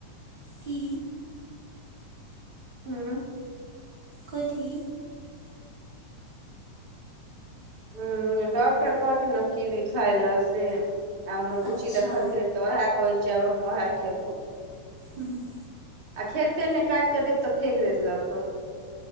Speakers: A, on the right; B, on the right.
A: की।
B: हूँ।
A: कथी
B: ह डॉक्टर कहखिन ने कीवी खाइ लए से आ हमर बुच्ची
A: अच्छा
B: देखलखिन तऽ ओएह कहै छै आब हम ओह खेबौ।
A: हू हू
B: आ खेते नहि काटि कऽ देब तऽ फेक देत लऽ कऽ